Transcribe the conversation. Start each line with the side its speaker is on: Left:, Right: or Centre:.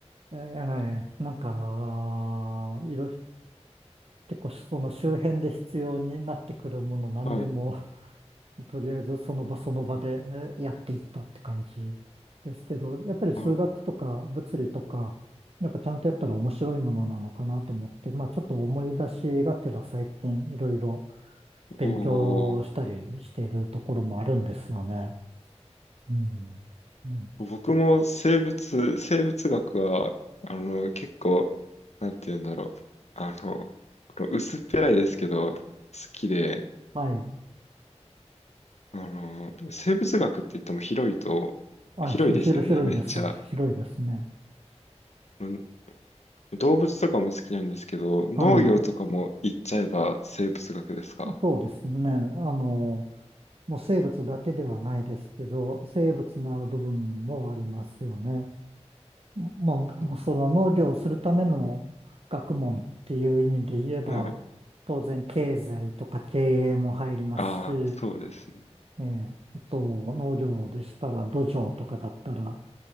Right: えーなんか、いろいろ、結構その周辺で必要になってくるもの何でも、
Left: はい。
Right: <laughs> とりあえずその場その場でえーやっていったって感じですけど、やっぱり数学とか物理とか、
Left: なるほ
Right: やっぱちゃんとやったら面白いものなのかなと思って、まあちょっと思い出しがてら最近いろいろ
Left: ど。
Right: 勉強したりしているところもあるんですよね。
Left: おー
Right: うん。ね
Left: 僕も生物、生物学は、あの、結構、なんて言うんだろう。あの、この薄っぺらいですけど、好きで、
Right: はい。
Left: あの、生物学って言っても広いと、
Right: あ、
Left: 広いですよね、
Right: ひ、ひろ広いです。
Left: めっちゃ。
Right: 広いですね。
Left: うん動物とかも好きなんですけど、農業とかも言っちゃえば生物学ですか
Right: はい。そうですね。あの、もう生物だけではないですけど、生物の部分もありますよね。もその農業をするための学問っていう意味で言えば、
Left: うんはい。
Right: 当然経済とか経営も入りますし、
Left: ああ、そうですね。
Right: ええあと農業でしたら土壌とかだったら、